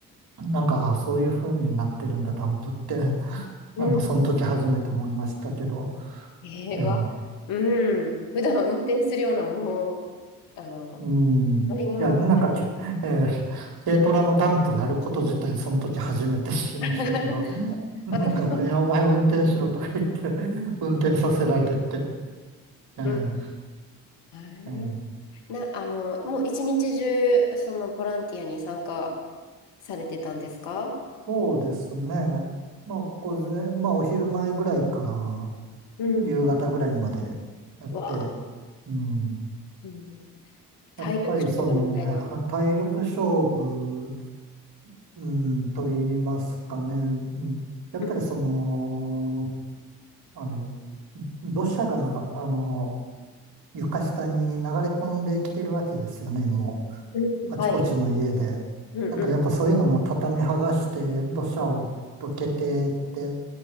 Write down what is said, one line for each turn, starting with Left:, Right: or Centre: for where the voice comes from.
Right: なんか、あそういう風になってるんだ、ダンプって。<laughs>
Left: うんうん。
Right: あの、その時初めて思いましたけど。
Left: ええわ。
Right: えー
Left: うん。普段運転するようなもの、あの、
Right: うん。
Left: 乗り物ではない。
Right: いや、なんかけ <laughs> えー軽トラのダンプがあること自体、その時初めて知りましたけど、
Left: <laughs>
Right: なんか、
Left: 私も。
Right: いや、お前運転しろとか言って、運転させられて、えー
Left: うんうん。はい
Right: えー
Left: な、あの、もう一日中、そのボランティアに参加されてたんですか
Right: そうですね。まあ、午前、まあ、お昼前ぐらいから
Left: うん。
Right: 夕方ぐらいまでやって、
Left: わあ、
Right: うん。
Left: うん。体力勝負みたいな。
Right: やっぱりその、は体力勝負、うん、と言いますかね。うんやっぱりその、
Left: うん、
Right: あの、土砂が、あの、床下に流れ込んできてるわけですよね、もう、
Left: うん。
Right: あちこちの家で。
Left: はい。うんうん。
Right: なんかやっぱそういうのも畳剥がして、土砂をどけてって、